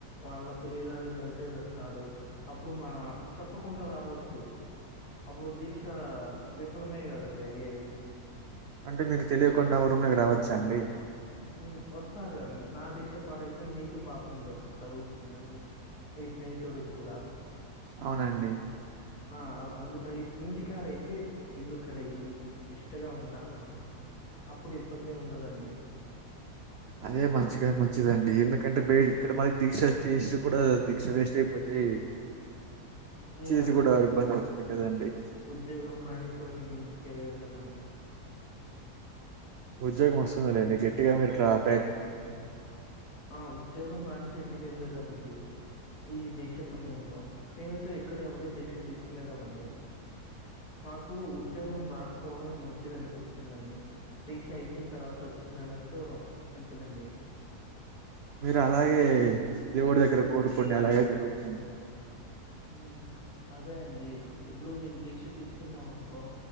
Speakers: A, on the left (about 75°); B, on the right (about 85°).
A: వాళ్ళ ప్రియురాని కలిసే వస్తాడు అప్పుడు మా చెప్పకుండా రావచ్చు అప్పుడు దీక్ష విఫలమే కదండి అయ్యేది
B: అంటే మీకు తెలియకుండా ఎవరూ మీకు రావచ్చా అండి
A: ఉ వస్తారు నా దీక్ష పాడైతే మీకు పాపం ద తగులుతుందండి మీ స్నేహితుడికి కూడా
B: అవునండి
A: ఆ అవు అందుకయ్ ఇంటికాడ అయితే ఇల్లు కడిగి నిష్టగా ఉంటామండి అప్పుడు ఇబ్బంది ఏమి ఉండదండి
B: అదే మంచిగా మంచిదండి ఎందుక్ కంటే బె ఇక్కడ
A: ఓకే. హ్మ్.
B: మాది దీక్ష చేసి కూడా
A: హ్మ్.
B: దీక్ష వేస్ట్ అయిపోతాయి
A: మేము
B: చేసి
A: అదే
B: కూడా
A: అనుకుంటున్నాను.
B: ఇబ్బంది అవుతుంది కదండి
A: ఉద్యోగం రాణిచో మేము ఇంటికే వెళ్దాంమని
B: ఉద్యోగం వస్తుందలేండి గట్టిగా మీరు ట్రాప్
A: ఊ ఆ ఉద్యోగం రానిచో ఇంటి కెలేదామడి ఈ దీక్ష సమయంలో నేనిచ్చో ఇక్కడే ఉండే దీక్ష తీసుకునేదామండి మాకు ఉద్యోగం రాకపోవడమే మంచిది అనిపిస్తుందండి దీక్ష అయిపోయిన తర్వాత వచ్చింది అనొచ్చు మంచిదండి
B: మీరు అలాగే దేవుడి దగ్గర కోరుకోండి అలాగే జరుగుతుంది
A: ఆ అదే అండి ఇప్పుడు మేము దీక్ష తీసుకు కున్నాం అనుకో